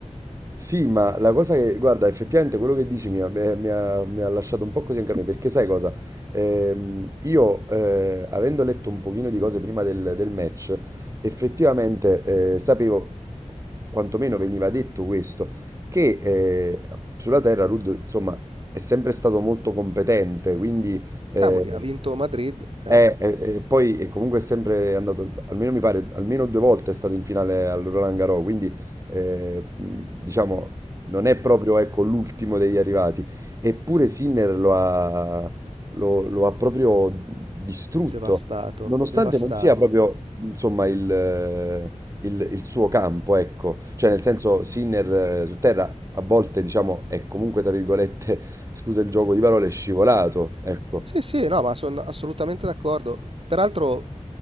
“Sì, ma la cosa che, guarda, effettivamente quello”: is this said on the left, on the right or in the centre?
Right